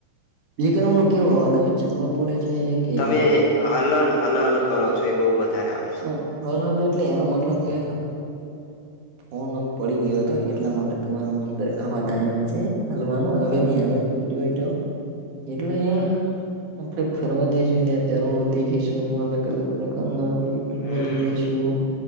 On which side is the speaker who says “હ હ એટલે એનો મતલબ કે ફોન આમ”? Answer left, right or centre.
Right